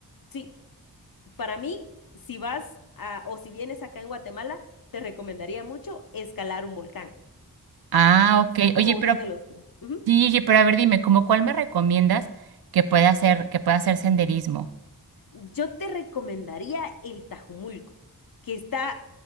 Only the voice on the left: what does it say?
sí, para mí, si vas a, o si vienes acá en Guatemala, te recomendaría mucho escalar un volcán.
Es
como
uno
de los... Ujú.
Yo te recomendaría el Tajumulco, que está